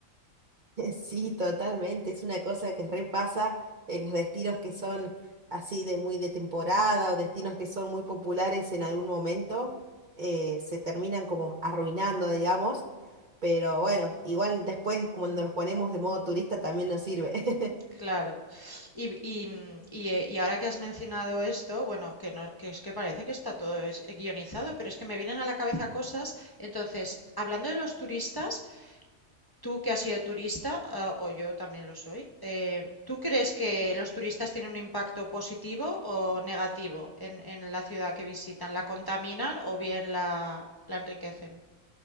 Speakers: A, on the right (about 40°); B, on the left (about 20°).
A: <laughs> Sí, totalmente. Es una cosa que repasa en los destinos que son así de muy de temporada o destinos que son muy populares en algún momento, eh, se terminan como arruinando, digamos. Pero bueno, igual después cuando nos ponemos de modo turista también nos sirve.
B: Claro. Y, y, mm, y, eh, y ahora que has mencionado esto, bueno, que, no, que es que parece que está todo es- eh, guionizado, pero es que me vienen a la cabeza cosas. Entonces, hablando de los turistas, tú que has sido turista, ah, o yo también lo soy, eh, ¿tú crees que los turistas tienen un impacto positivo o negativo en, en la ciudad que visitan? ¿La contaminan o bien la, la enriquecen?